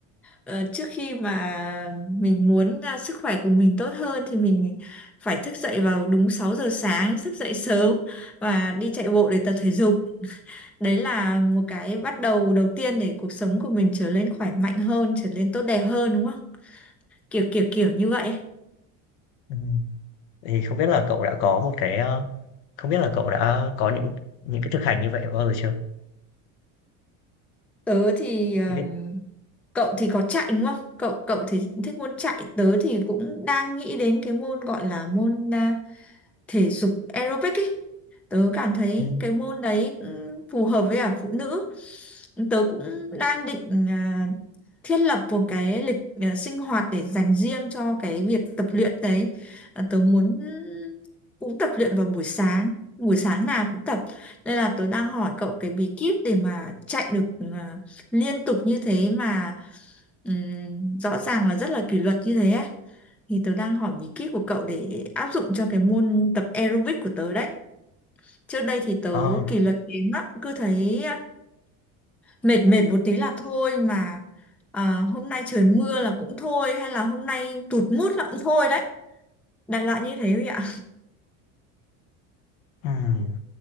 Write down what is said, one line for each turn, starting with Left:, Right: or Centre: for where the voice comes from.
Centre: Ờ, trước khi mà mình muốn à, sức khỏe của mình tốt hơn thì mình phải thức dậy vào đúng 6 giờ sáng, thức dậy sớm và đi chạy bộ để tập thể dục. Đấy là một cái bắt đầu đầu tiên để cuộc sống của mình trở nên khỏe mạnh hơn, trở nên tốt đẹp hơn đúng không? Kiểu kiểu kiểu như vậy. ấy.
Left: Ừ. Thì không biết là cậu đã có một cái, ơ không biết là cậu đã có những những cái thực hành như vậy bao giờ chưa?
Centre: Tớ thì ờm,
Left: Thì biết
Centre: cậu thì có chạy đúng không? Cậu cậu thì thích môn chạy, tớ thì cũng đang nghĩ đến cái môn gọi là môn à, thể dục aerobic ý. Tớ cảm thấy
Left: ừm,
Centre: cái môn đấy cũng phù hợp với cả phụ nữ. Tớ cũng đang định à, thiết lập một cái lịch à, sinh hoạt để dành riêng cho cái việc tập luyện đấy. À, tớ muốn cũng tập luyện vào buổi sáng, buổi sáng nào cũng tập. Đây là tớ đang hỏi cậu cái bí kíp để mà chạy được à, liên tục như thế mà ừm, rõ ràng là rất là kỷ luật như thế ấy thì tớ đang hỏi bí kíp của cậu để áp dụng cho cái môn tập aerobic của tớ đấy. Trước đây thì tớ
Left: ờ,
Centre: kỷ luật kém lắm, cứ thấy à, mệt mệt một tí là thôi mà à, hôm nay trời mưa là cũng thôi hay là hôm nay tụt mood là cũng thôi đấy. Đại loại như thế vậy ạ.
Left: ừm,